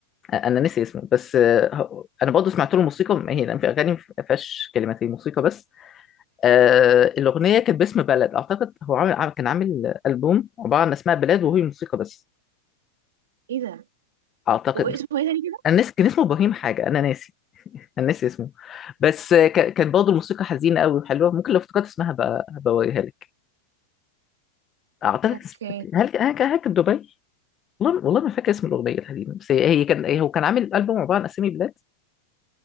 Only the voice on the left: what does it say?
آه، انا ناسي اسمه بس آه، هو- انا برضه سمعت له موسيقى ما هي لأن في اغاني ما فيهاش كلمات هي موسيقى بس آه الاغنيه كانت باسم بلد اعتقد هو عامل عامل- كان عامل البوم عباره عن اسماء بلاد وهي موسيقى بس
اعتقد
انا ناسي كان اسمه ابراهيم حاجه انا ناسي <laughs> انا ناسي اسمه بس آه، ك- كان برضه الموسيقى حزينه قوي وحلوه ممكن لو افتكرت اسمها بقى هبوريها لك اعتقد
اسم- هل هل كان هل كان دبي والله والله ما فاكر اسم الاغنيه الحزينه بس هي هي كان هي هو كان عامل البوم عباره عن اسامي بلاد